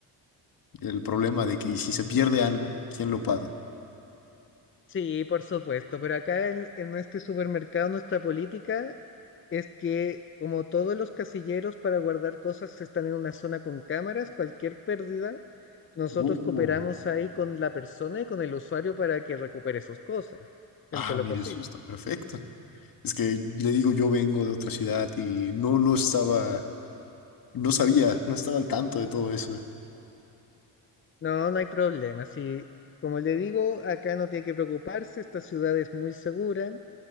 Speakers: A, on the left; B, on the left.
A: el problema de que si se pierde algo, ¿quién lo paga?
B: Sí, por supuesto, pero acá en, en este supermercado nuestra política es que como todos los casilleros para guardar cosas están en una zona con cámaras, cualquier pérdida, nosotros
A: Oh.
B: cooperamos ahí con la persona y con el usuario para que recupere sus cosas dentro
A: Ah,
B: de lo
A: mire,
B: posible.
A: eso está perfecto. Es que le digo, yo vengo de otra ciudad y no, no estaba, no sabía, no estaba al tanto de todo ese
B: No, no hay problema. Si, como le digo, acá no tiene que preocuparse, esta ciudad es muy segura,